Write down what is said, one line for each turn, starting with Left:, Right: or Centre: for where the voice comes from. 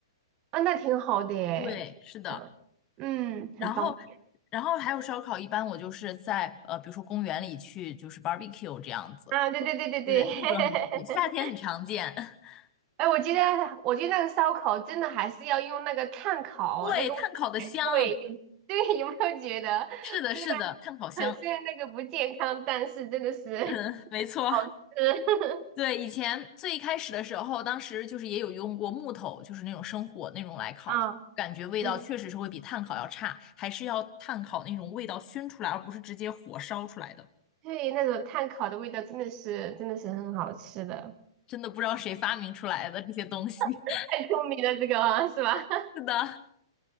Right: 啊、那挺好的耶，
Left: 对，
Right: 挺好的，
Left: 是的，
Right: 嗯，很方便。
Left: 然后。然后还有烧烤，一般我就是在呃，比如说公园里去，就是 barbecue 这样子，
Right: 啊，对对对对对。
Left: 对对，那种很夏天很常见。
Right: <laughs>
Left: <laughs>
Right: 哎，我觉得我觉得那个烧烤真的还是要用那个炭烤，
Left: 对，
Right: 那个味道才对。
Left: 炭烤的香，
Right: <laughs> 对，有没有觉得，
Left: 是的，
Right: 虽然
Left: 是的，炭烤香，
Right: <laughs> 虽然那个不健康，但是真的是
Left: 嗯，没错，
Right: 好吃。<laughs>
Left: 对，以前最一开始的时候，当时就是也有用过木头，就是那种生火那种来烤，
Right: 啊，
Left: 感觉味道确实是会比炭烤要差，
Right: 嗯，
Left: 还是要炭烤那种味道熏出来，而不是直接火烧出来的。
Right: 对，那种炭烤的味道真的是真的是很好吃的。
Left: 真的不知道谁发明出来的这些东西。
Right: <laughs> 太聪明了，这个啊是吧？
Left: <laughs>
Right: <laughs>
Left: 是的，